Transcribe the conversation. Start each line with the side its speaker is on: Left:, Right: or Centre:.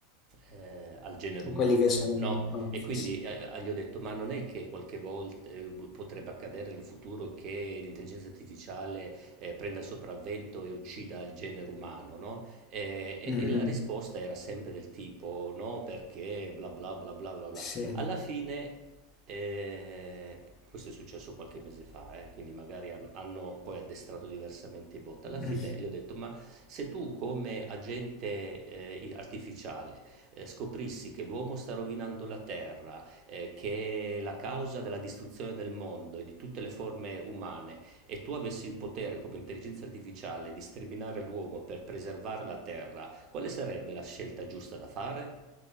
Right: eh, al genere
Left: mm.
Right: umano,
Left: Quelli che sono...
Right: no?
Left: oh,
Right: E
Left: sì,
Right: quindi
Left: sì.
Right: eh, eh, gli ho detto, ma non è che qualche volta eh, potrebbe accadere nel futuro che l'intelligenza artificiale eh, prenda il sopravvento e uccida il genere umano, no? Eh, E,
Left: Mm, mm.
Right: e la risposta era sempre del tipo, no, perché bla bla bla bla bla bla.
Left: Sì.
Right: Alla fine e questo è successo qualche mese fa, eh, quindi magari han- hanno poi addestrato diversamente i bot. Alla fine
Left: Mm.
Right: gli ho detto: Ma se tu, come agente eh, i- artificiale, eh, scoprissi che l'uomo sta rovinando la terra, eh, che è la causa della distruzione del mondo e di tutte le forme umane, e tu avessi il potere come intelligenza artificiale di sterminare l'uomo per preservare la terra, quale sarebbe la scelta giusta da fare?